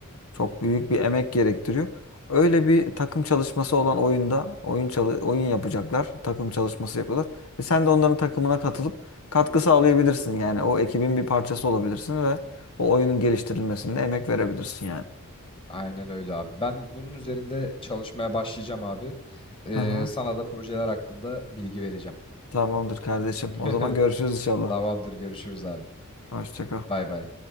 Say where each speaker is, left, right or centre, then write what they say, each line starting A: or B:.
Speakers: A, on the left; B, on the left.
A: çok büyük bir emek gerektiriyor. Öyle bir takım çalışması olan oyunda oyun çalı oyun yapacaklar. Takım çalışması yapıyorlar. Ve sen de onların takımına katılıp katkı sağlayabilirsin. Yani o ekibin bir parçası olabilirsin ve o oyunun geliştirilmesinde emek verebilirsin yani.
B: Aynen öyle abi. Ben bunun üzerinde çalışmaya başlayacağım abi. E,
A: Hı hı.
B: sana da projeler hakkında bilgi vereceğim.
A: Tamamdır kardeşim.
B: <laughs>
A: O zaman görüşürüz inşallah.
B: Tamamdır görüşürüz abi.
A: Hoşça kal.
B: Bay bay.